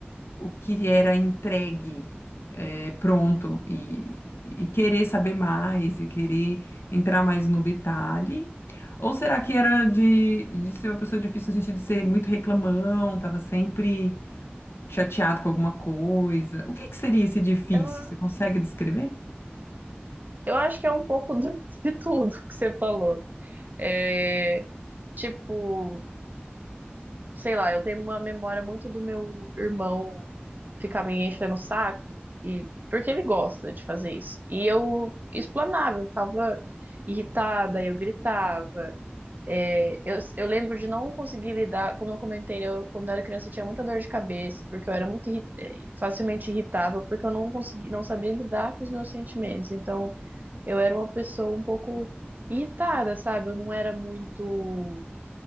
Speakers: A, on the left (about 75°); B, on the right (about 45°).
A: o que era entregue é, pronto e, e querer saber mais e querer entrar mais no detalhe? Ou será que era de, de ser uma pessoa difícil no sentido de ser muito reclamão, estava sempre chateado com alguma coisa? O que que seria esse difícil?
B: Eu,
A: Você consegue descrever?
B: eu acho que é um pouco <laughs> do- de tudo que você falou. É, tipo, sei lá, eu tenho uma memória muito do meu irmão ficar me enchendo o saco, e, porque ele gosta de fazer isso. E eu explanava, eu ficava irritada, eu gritava. É, eu, eu lembro de não conseguir lidar, como eu comentei, eu, quando eu era criança eu tinha muita dor de cabeça, porque eu era muito irri- eh, facilmente irritável, porque eu não consegui, não sabia lidar com os meus sentimentos. Então, eu era uma pessoa um pouco irritada, sabe? Eu não era muito